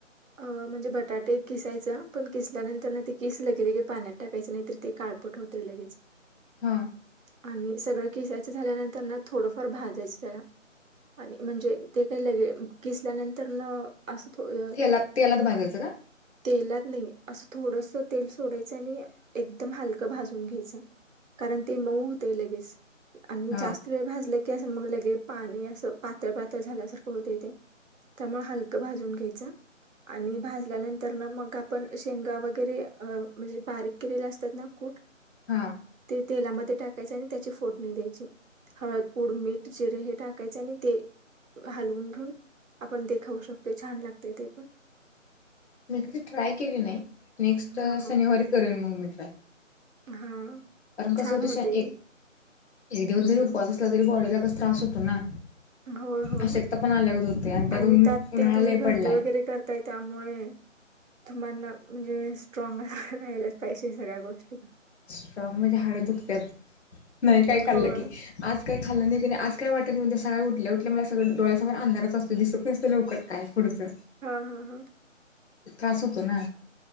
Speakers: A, on the right; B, on the left.
A: अ म्हणजे बटाटे किसायचं पण किसल्यानंतर ना ते किस लगे लगे पाण्यात टाकायचं नाहीतर ते काळपट होते लगेच.
B: हा.
A: आणि सगळं किसायचं झाल्यानंतर ना थोडंफार भाजायचं त्याला आणि म्हणजे ते काही लगे किसल्यानंतर न. असं थो अ
B: त्याला तेलात भाजायचं का.
A: तेलात नाही असं थोडस तेल सोडायचं आणि एकदम हलकं भाजून घ्यायचं. कारण ते मऊ होते लगेच. आणि
B: हा
A: जास्त वेळ भाजला की. मग लगे पाणी असं पातळ पातळ झाल्यासारखं होत तेे त्यामुळे हलकं भाजून घ्यायचं आणि भाजल्यानंतर ना मग आपण शेंगा वगैरे अ म्हणजे बारीक केलेल्या असतात ना कूट.
B: हा.
A: ते तेलामध्ये टाकायच आणि त्याची फोडणी द्यायची हळद पूड मीठ जिरे हे टाकायचे आणि ते हलवून घेऊन आपण ते खाऊ शकतोय छान लागतय ते पण.
B: मी कधी ट्राय केली नाही. नेक्स्ट
A: हा हा
B: शनिवारी करेन मग मी. <inaudible>
A: हा.
B: कारण कस
A: छान
B: होते
A: होतंय
B: एक
A: ते.
B: दिवस
A: हम्म
B: जरी उपवास
A: हम्म.
B: असला तरी बॉडीला. त्रास होतो ना.
A: होय-होय
B: अशक्तपणा आल्यागत होते
A: आणि
B: ऊन
A: त्यात
B: उन्हाळा
A: ते तुम्ही
B: लय
A: भरती
B: पडलाय.
A: वगैरे करताय त्यामुळे. तुम्हाना म्हणजे स्ट्रॉंग राहिलाच. पाहीजे सगळ्या गोष्टी.
B: स्ट्रॉंग म्हणजे हाडं दुखत्यात. नाही काय खाल्लं
A: होय.
B: की आज काय खाल्लं नाही त्या आज काय वाट. उद्या सकाळी उठल्या उठल्या मला सग डोळ्यासमोर अंधारच असतो दिसत नसतं लवकर काय पुढचं.
A: हा- हा-हा.
B: त्रास होतो ना.